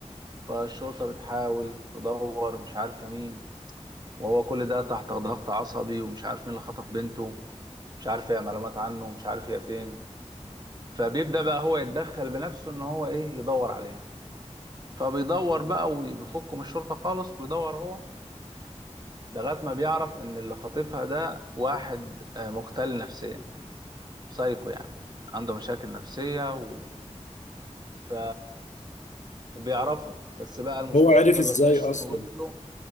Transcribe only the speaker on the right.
فالشرطة بتحاول تدور مش عارفة مين وهو كل ده تحت ضغط عصبي ومش عارف مين اللي خطف بنته مش عارف هي معلومات عنه ومش عارف هي فين فبيبدأ بقى هو يتدخل بنفسه ان هو ايه يدور عليها فبيدور بقى وبيفكه من الشرطة خالص ويدور هو لغاية ما بيعرف إن اللي خاطفها ده واحد آه، مختل نفسيا سايكو يعني عنده مشاكل نفسية و... ف... وبيعرفه بس بقى المشكلة
إن ما
بيرضاش
يقول له